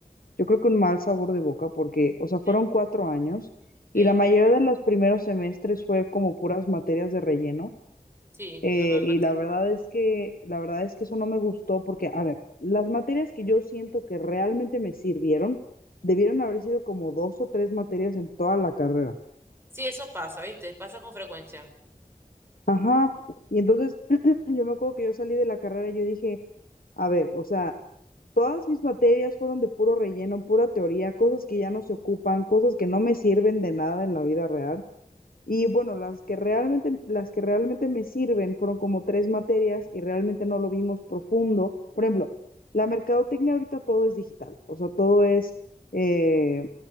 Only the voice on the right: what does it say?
¿ok?
¿ok?
Sí,
Norman
Bat-
Sí, eso pasa, ¿viste? Pasa con frecuencia.